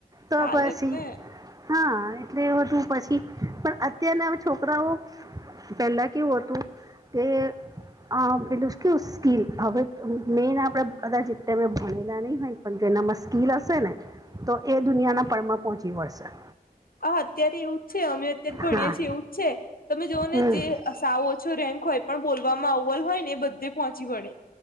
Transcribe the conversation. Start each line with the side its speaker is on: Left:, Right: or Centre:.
Right: તો
Left: ચાલે
Right: પછી
Left: જ ને,
Right: હા બે હોટુ પછી પણ અત્યારના હવે છોકરાઓ પેલા કેવું હતું? તે અં પેલુ સ્કેવુ સ્કીલ હવે મેન આપણેે કદાચ તમે ભણેલા નઇ હોય. પન તેનામાં સ્કીલ હશે ને તો એ દુનિયાના પળમાં પોચી વળશે.
Left: અ અત્યારે એવું છે અમે અત્યારે ભણીએ
Right: હા
Left: છે એવું છે તમે જોઓને
Right: હમ
Left: જે, સાવ ઓછુ રેન્ક હોય પણ બોલવામાં ઓવલ હોય ને એ બધે, પોચી વળે